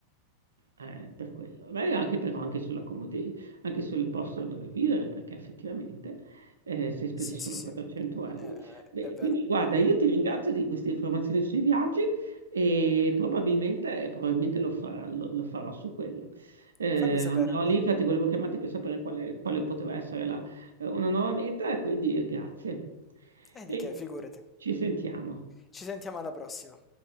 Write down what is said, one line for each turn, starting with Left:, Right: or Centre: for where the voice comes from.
Right: Eh, per quello. Beh, anche però anche sulla comodità, anche sul posto dove vivere, perché effettivamente eh, si è speso
Left: Sì,
Right: solo
Left: sì, sì,
Right: 400
Left: eh,
Right: euro.
Left: eh,
Right: Beh,
Left: è vero.
Right: quindi guarda, io ti ringrazio di queste informazioni sui viaggi e probabilmente, probabilmente lo farà- lo- lo farò su quello. Eh,
Left: Fammi sapere
Right: andrò
Left: allora.
Right: lì, infatti volevo chiamarti per sapere quale, quale poteva essere la- eh, una nuova meta, quindi eh, grazie.
Left: E di
Right: E
Left: che, figurati.
Right: ci sentiamo.
Left: Ci sentiamo alla prossima.